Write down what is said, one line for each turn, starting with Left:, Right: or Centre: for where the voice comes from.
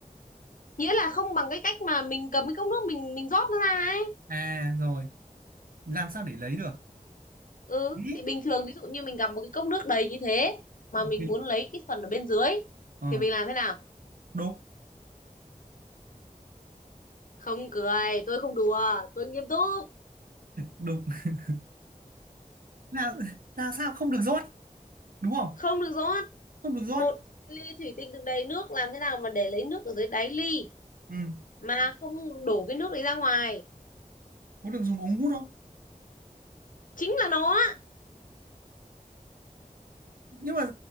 Left: nghĩa là không bằng cái cách mà mình cầm cái cốc nước mình mình rót nó ra ấy
Right: à rồi làm sao để lấy được
Left: ừ
Right: Ý,
Left: thì bình thường ví dụ như mình cầm một cái cốc nước đầy như thế mà mình
Right: thì-
Left: muốn lấy cái phần ở bên dưới
Right: ờ
Left: thì mình làm thế nào
Right: đục
Left: không cười tôi không đùa tôi nghiêm túc
Right: đục <laughs> là là sao không được rót đúng không
Left: không được rót
Right: không được rót
Left: một ly thủy tinh đựng đầy nước làm thế nào mà để lấy nước ở dưới đáy ly
Right: ừ
Left: mà không đổ cái nước đấy ra ngoài
Right: có được dùng ống hút không
Left: chính là nó á.
Right: nhưng mà